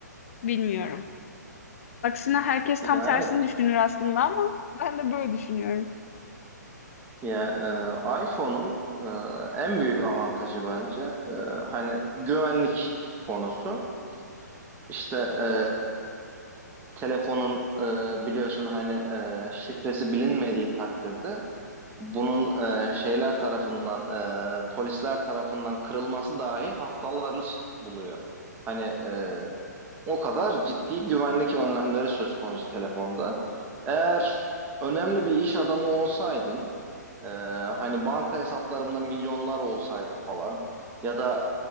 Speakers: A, on the left; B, on the right.
A: Bilmiyorum. Aksine herkes tam
B: Ya
A: tersini
B: evet.
A: düşünür aslında ama <laughs> ben de böyle düşünüyorum.
B: Ya e, iPhone'un e, en büyük avantajı bence e, hani güvenlik konusu. İşte e, telefonun e, biliyorsun hani e, şifresi bilinmediği takdirde bunun e, şeyler tarafından e, polisler tarafından kırılması dahi haftaları buluyor. Hani e, o kadar ciddi güvenlik önlemleri söz konusu telefonda. Eğer önemli bir iş adamı olsaydım e, hani banka hesaplarımda milyonlar olsaydı falan ya da